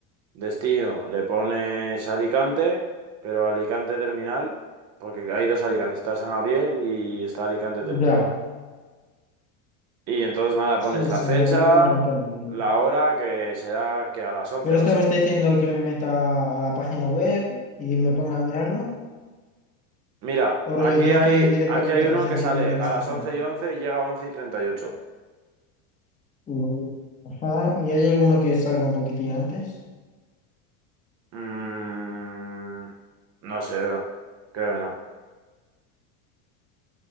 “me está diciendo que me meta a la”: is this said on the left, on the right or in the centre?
Left